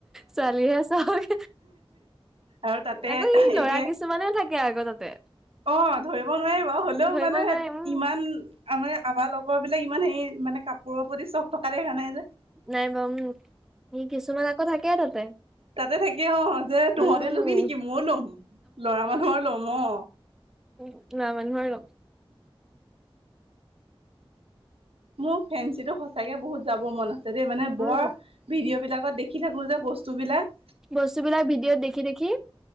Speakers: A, in the centre; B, on the right.
A: ছোৱালীহে চাওক
B: আৰু তাতে
A: আকৌ ই ল'ৰা
B: একে
A: কিছুমানেও থাকে আকৌ তাতে
B: অ' ধৰিব নোৱাৰি বাৰু হ'লেও
A: ধৰিব
B: মানে
A: নোৱাৰে উম
B: ইমান আমাৰ আমাৰ লগ লগৰ বিলাক ইমান হেৰি মানে কাপোৰৰ প্ৰতি চখ থকা দেখা নাই যে।
A: নাই বম, কিছুমান আকৌ থাকে তাতে।
B: তাতে থাকি অ' যে তহঁতে
A: উম
B: ল'বি নেকি মইয়ো ল'ম, ল'ৰা মানুহৰ ল'ম। অ
A: উম, ল'ৰা মানুহৰ ল'ম।
B: মোৰ ফেঞ্চিটো সঁচাকে বহুত যাবৰ মন আছে দেই মানে বৰ
A: উম
B: ভিডিও বিলাক আগত দেখি থাকো যে বস্তু বিলাক।
A: বস্তু বিলাক ভিডিঅ'ত দেখি দেখি।